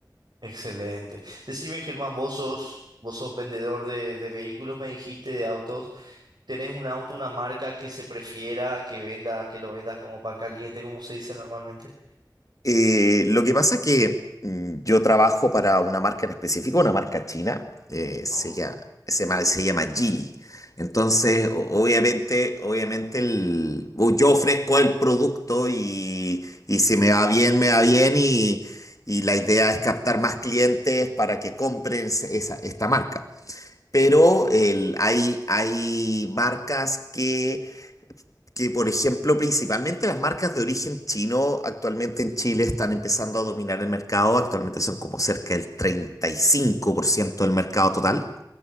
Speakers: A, on the right; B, on the left.
A: Excelente. Decime, Germán, vos sos, vos sos vendedor de, de vehículos, me dijiste, de autos. ¿Tenés un auto, una marca que se prefiera que venda, que lo vendas como pan caliente, como se dice normalmente?
B: Eh, lo que pasa es que mm, yo trabajo para una marca en específico, una marca china, eh, se
A: Ah, ok.
B: llama, se llama, se llama Geely. Entonces,
A: Ujú.
B: o- obviamente, obviamente el, o yo ofrezco el producto y, y si me va bien, me va bien y, y la idea es captar más clientes para que compren esa, esta marca. Pero el- hay, hay marcas que que, por ejemplo, principalmente las marcas de origen chino actualmente en Chile están empezando a dominar el mercado. Actualmente son como cerca del 35% del mercado total